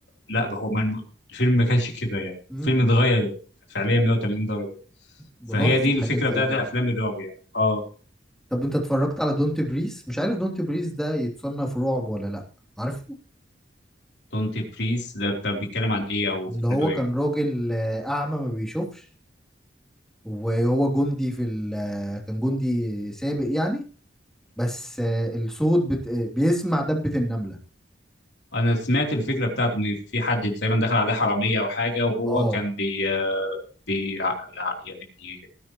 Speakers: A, on the left; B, in the centre.
A: لا بقى هو ما الفيلم ما كانش كده يعني
B: مم.
A: الفيلم اتغير فعليا 180 درجة
B: بلاحظ
A: فهي دي
B: الحاجات
A: الفكرة
B: دي
A: بتاعت
B: ايوه
A: افلام الرعب يعني اه
B: طب انت اتفرجت على دونت بريس مش عارف دونت بريس ده يتصنف رعب ولا لا عارفه
A: دونتي بريس ده طب بيتكلم عن ايه او
B: اللي
A: فكرته
B: هو
A: ايه
B: كان راجل آه، اعمى ما بيشوفش وهو جندي في ال آه، كان جندي سابق يعني بس آه، الصوت بت... آه، بيسمع دبة النملة
A: انا سمعت الفكره بتاعته ان في حد تقريبا دخل عليه حراميه او حاجه وهو
B: اه
A: كان بي, آه، بي ع- ع- يعني بي